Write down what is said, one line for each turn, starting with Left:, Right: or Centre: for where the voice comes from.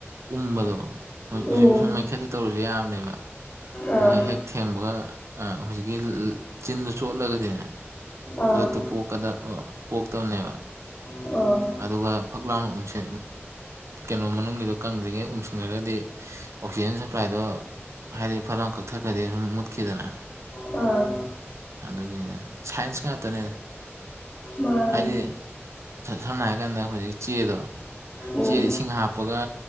Right: ꯎꯕꯗꯣ
Left: ꯎꯝ
Right: ꯁꯨꯝ ꯃꯩꯈꯦꯠꯇ ꯇꯧꯔꯁꯨ ꯌꯥꯕꯅꯦꯕ
Left: ꯑꯥ
Right: ꯃꯣꯏ ꯍꯦꯛ ꯊꯦꯡꯕꯒ ꯍꯧꯖꯤꯛꯀꯤ ꯆꯤꯟꯗꯨ ꯆꯣꯠꯂꯒꯗꯤꯅꯦ
Left: ꯑꯥ
Right: ꯈꯨꯗꯛꯇ ꯄꯀ ꯄꯣꯛꯇꯕꯅꯦꯕ
Left: ꯑꯥ
Right: ꯑꯗꯨꯒ ꯐꯛꯂꯥꯎꯅꯝꯁꯦ ꯀꯩꯅꯣ ꯃꯅꯨꯡꯒꯤꯗꯣ ꯀꯪꯗ꯭ꯔꯤꯉꯩ ꯎꯝꯁꯤꯟꯈꯒꯗꯤ ꯑꯣꯛꯁꯤꯖꯦꯟ ꯁꯄ꯭ꯂꯥꯏꯗꯣ ꯍꯥꯏꯗꯤ ꯐꯅꯛ ꯄꯊꯒꯗꯤ ꯁꯨꯝ ꯃꯨꯠꯈꯤꯗꯅ
Left: ꯎ
Right: ꯑꯗꯨꯗꯒꯤ ꯁꯥꯏꯟꯁ ꯉꯥꯛꯇꯅꯦ
Left: ꯃꯥꯅꯦ
Right: ꯍꯥꯏꯗꯤ ꯁꯝꯅ ꯍꯥꯏꯔ ꯀꯥꯟꯗ ꯍꯧꯖꯤꯛ ꯆꯦꯗꯣ
Left: ꯎꯝ
Right: ꯆꯦꯗ ꯏꯁꯤꯡ ꯍꯥꯞꯄꯒ